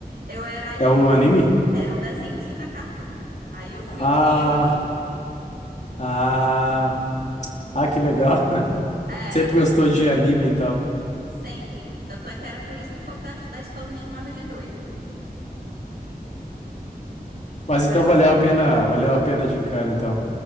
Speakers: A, on the right; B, on the left.
A: Eu era a Yumi.
B: É um anime?
A: Era um desenhozinho da Cartoon. Aí eu fui
B: Ah,
A: de Yumi.
B: ah, ah, que legal. <laughs>
A: Era.
B: Sempre gostou de anime, então.
A: Sempre. Tanto é que era por isso que o povo da, da escola me chamava de doida.
B: Mas
A: Eu
B: então
A: era. um,
B: valeu a pena, valeu a pena a gincana, então.